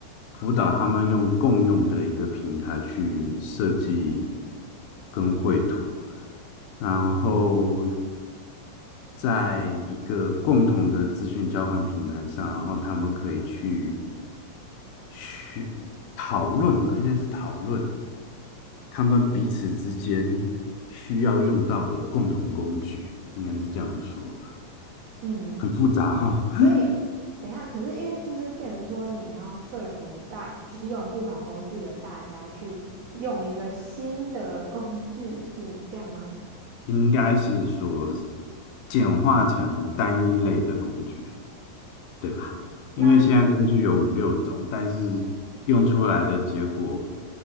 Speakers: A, on the left; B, on the right.
A: 辅导他们用共用的一个平台去设计跟绘图，然后在一个共同的资讯交换平台上，然后他们可以去去讨论吧，应该是讨论他们彼此之间需要用到的共同工具，应该是这样说。
B: 嗯。
A: 很复杂哈、哦
B: 所以等一下，
A: <laughs>
B: 可是因为就是变成说你要说服大，就是用不同工具的大家去用一个新的工具，是这样吗？
A: 应该是说简化成单一类的工具，对吧？
B: 那
A: 因为现在工具有五六种，但是用出来的结果